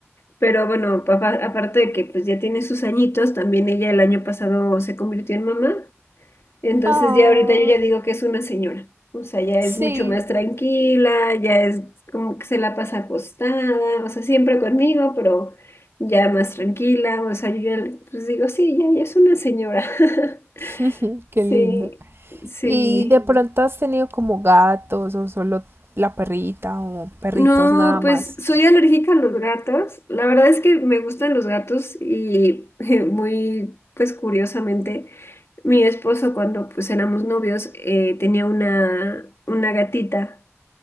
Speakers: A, on the left (about 65°); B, on the right (about 55°).
A: pero bueno, papá, aparte de que pues ya tiene sus añitos, también ella el año pasado se convirtió en mamá, entonces
B: Ah,
A: ya ahorita yo ya digo que es una señora, o sea, ya
B: sí,
A: es mucho más tranquila, ya es como que se la pasa acostada, o sea, siempre conmigo, pero ya más tranquila, o sea, yo ya pues digo, sí, ya, ya es una señora, <laughs>
B: <laughs> qué lindo.
A: sí, sí.
B: ¿Y de pronto has tenido como gatos o solo la perrita o perritos
A: No,
B: nada
A: pues
B: más?
A: soy alérgica a los gatos. La verdad es que me gustan los gatos y <laughs> muy, pues curiosamente, mi esposo cuando pues éramos novios eh, tenía una, una gatita